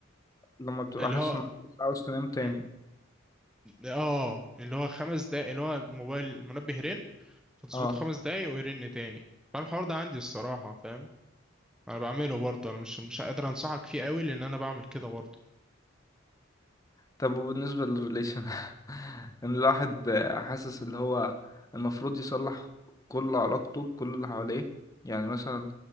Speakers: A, on the left; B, in the centre.
A: لما بتبقى
B: اللي
A: حاسس
B: هو
A: انك مش عاوز تنام تاني
B: مم. اه اللي هو خمس دقايق اللي هو الموبايل المنبه رن فتظبطه
A: اه
B: خمس دقايق ويرن تاني فالحوار ده عندي الصراحة فاهم انا بعمله برضه انا مش مش قادر انصحك فيه قوي لان انا بعمل كده برضه
A: طب وبالنسبة للريليشن <laughs> ان الواحد حاسس اللي هو المفروض يصلح كل علاقته بكل اللي حواليه يعني مثلا